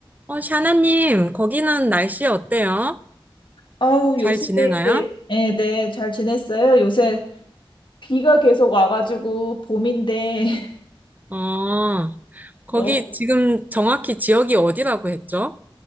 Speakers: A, on the right; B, on the left.
A: 어, 샤나님, 거기는 날씨 어때요?
B: 아우,
A: 잘
B: 요새
A: 지내나요?
B: 이제, 네, 네, 잘 지냈어요? 요새 비가 계속 와가지고 봄인데, <laughs>
A: 어,
B: 너무,
A: 거기 지금 정확히 지역이 어디라고 했죠?